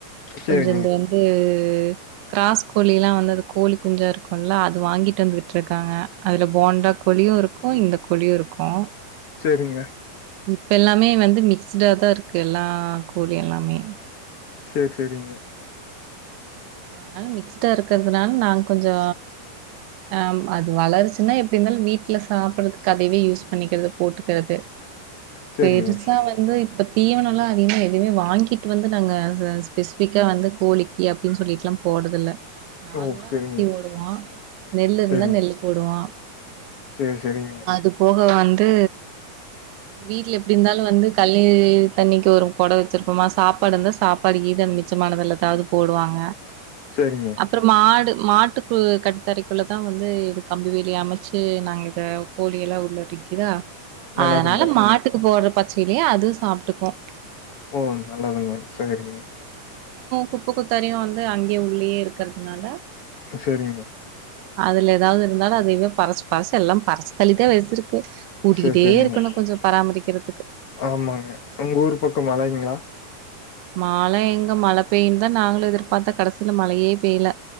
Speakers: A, on the left; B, on the right.
A: சரிங்க,
B: கொஞ்சொ இந்த வந்து து க்ராஸ் கோழியிலா வந்து அது கோழி குஞ்சா இருக்குல்ல அது வாங்கிட்டு வந்து விட்ருக்காங்க அதுல போண்டா கோழியு இருக்கு இந்த கோழியு இருக்கு
A: சரிங்க.
B: இப்ப எல்லாமே வந்து மிக்ஸுடாதா இருக்கு எல்லா கோழி எல்லாமே
A: சேர் சேரிங்க
B: அத்னால மிக்ஸ்டா இருக்கற்துனால நாங்க கொஞ்சோ ஆம் அது வளருச்சுன்னா எப்டி இருந்தாலு வீட்ல சாப்பற்ரத்துக்கு அதையவே யூஸ் பண்ணிக்கிறது போட்டுக்கற்து
A: சரிங்க.
B: பெருசா வந்து இப்பத் தீவனொல்லா அதிகமா எதுமே வாங்கிட்டு வந்து நாங்க அ ஸ்பெசிஃபிக்கா வந்து கோழிக்கி அப் டின் சொல்லிட்லா போட்றதில்ல நார்மலா
A: ஓ! சரிங்க,
B: அரிசி போடுவோ நெல்லு இருந்தா
A: சரிங்க.
B: நெல்லு போடுவோ
A: சரி, சரிங்க.
B: அது போக வந் து வீட்ல எப்டி இந்தாலு வந்து கல்லே தண்ணிக்கு ஒரு கொட வெச்சிரு போமா சாப்பாடு இந்தா சாப்பாடு கீது அந்த மிச்சமானதல்லா தாது போடுவாங்
A: சரிங்க.
B: அப்பறம் மாடு மாட்டுக்கு கட்டுத்தறிக்குள்ளதா அ வந்து இது கம்பி வேலி அமச்சி நாங்க இத கோழியெல்லா உள்ள எறக்கிதா
A: நல்லதுங்க.
B: அதனால மாட்டுக்கு போர்ற பச்சிலையே அதுவு சாப்ட்டுக்கு
A: ஓ நல்லதுங்க சேரிங்க
B: குப்பு குத்தாரையு வந்து அங்கேயே உள்ளயே இருக்கற்துனால
A: சேரிங்கெ
B: அதுல ஏதாவ்து இருந்தாலு அதய்வே பறசு பறசு எல்லாம் பறசு தள்ளித்தே வெச்சிருக்கு கூட்டிக்கிட்டே
A: சரி, சரிங்க.
B: இருக்கணு கொஞ்சொ பராமரிக்கெறத்துக்கு
A: ஆமாங்க உங்க ஊரு பக்கொ மழைங்ளா
B: மாழ எங்க மழை பெய்யுன்தா நாங்களு எதிர்பாத்தொ கடசீல மழையே பெய்ல